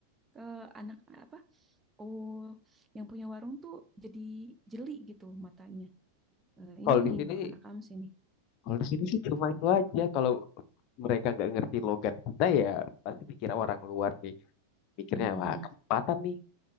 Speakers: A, on the right; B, on the left.
A: ke anak apa? Oh, yang punya warung tuh jadi jeli gitu matanya. Eh,
B: Kalau
A: ini
B: di
A: nih
B: sini,
A: bukan akamsi nih
B: kalau di sini
A: gitu.
B: sih cuma itu aja. Kalau mereka nggak ngerti logat kita ya, pasti dikira orang luar nih. Mikirnya
A: Mm-mm.
B: wah kesempatan nih.